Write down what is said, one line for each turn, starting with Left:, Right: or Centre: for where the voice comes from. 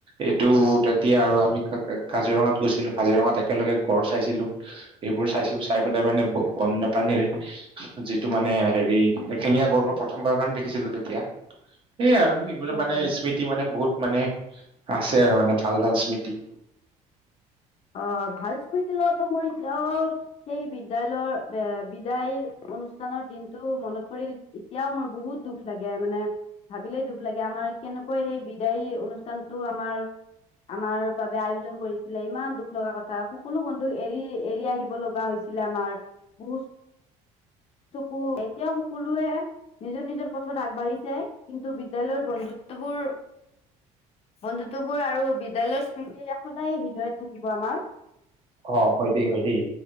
Right: এইটো তেতিয়া আৰু আমি কাজিৰঙাত গৈছিলোঁ। কাজিৰঙাত একেলগে গড় চাইছিলোঁ। এইবোৰ চাইছো, চাই পেলাই মানে বন্যপ্ৰাণীৰ যিটো মানে হেৰি একশিঙীয়া গড় মই প্ৰথমবাৰৰ কাৰণে দেখিছিলো তেতিয়া। এইয় আৰু এইবোৰ
Left: হয়
Right: মানে
Left: হয়
Right: স্মৃতি মানে বহুত মানে আছে আৰু মানে ভাল ভাল স্মৃতি।
Left: অ' ভাল স্মৃতি লগত মোৰ এতিয়াও সেই বিদ্যয়ালয়ৰ এ বিদায়ৰ অনুষ্ঠানৰ দিনটো মনত পৰিল এতিয়াও মোৰ বহুত দুখ লাগে। মানে ভাবিলেই দুখ লাগে আমাৰ কেনেকৈ সেই বিদায় অনুষ্ঠানতটো আমাৰ আমাৰ বাবে আয়োজন কৰিছিলে। ইমান দুখ লগা কথা সকলো বন্ধুক এৰি এৰি আহিব লগা হৈছিলে আমাৰ। বহুত চকু এতিয়া সকলোৱে নিজৰ নিজৰ পথত আগবাঢ়িছে। কিন্তু, বিদ্যালয়ৰ বন্ধুত্ববোৰ বন্ধুত্ববোৰ আৰু বিদ্যালয়ৰ স্মৃতি সদায় হৃদয়ত থাকিব আমাৰ।
Right: অ' হয় দেই, হয় দেই।